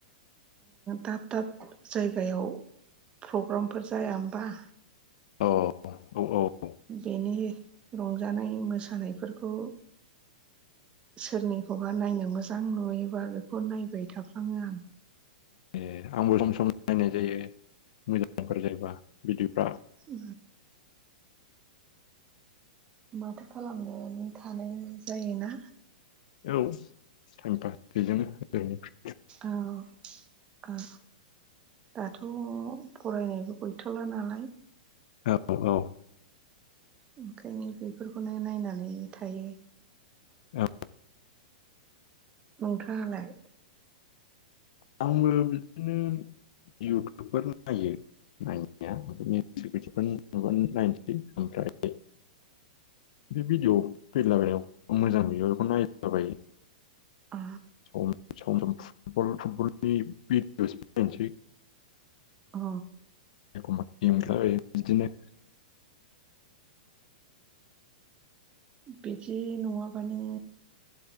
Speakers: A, on the right; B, on the left.
A: दाब दाब जायगायाव प्रग्रामफोर जाया होमबा
B: औ औ औ
A: बेनि रंजानाय मोसानायफोरखौ सोरनिखौबा नायनो मोजां नुयोबा बेखौ नायबाय थाफ्लाङो आं
B: ए आंबो सम सम नायनाय जायो मोजांफोर जायोबा भिडिअफ्रा
A: उ माथो खालामनानै थानो जायोना
B: औ टाइम पास बेजोंनो <unintelligible>
A: औ दाथ' फरायनायबो गैथ'ला नालाय
B: औ औ
A: ओंखायनो बेफोरखौनो नायनानै थायो
B: औ
A: नोंथाङालाय
B: आंबो बिदिनो इउटुबफोर नायो नायनाया नुबानो नायनोसै ओमफ्राय बे भिडिय' फैलाबायनायाव मोजां नुयोब्ला बेखौ नायलाबायो
A: अ
B: सम सम सम फुटब फुटबलनि भिडिअसबो नायनोसै
A: अ
B: एखमबा गेमयो बिदिनो
A: बिदि नङाबानो